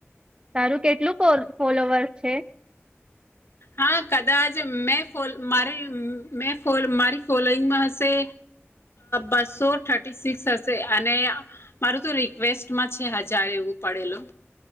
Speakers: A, on the right (about 20°); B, on the left (about 60°).
A: તારું કેટલું <unintelligible> ફોલોવર્સ છે?
B: હા કદાચ મેં ફો મારી મે ફો મારી ફોલોઈંગમાં હશે બસો થર્ટી સિક્સ હશે અને મારું તો રિક્વેસ્ટમાં છે હજાર એવું પડેલું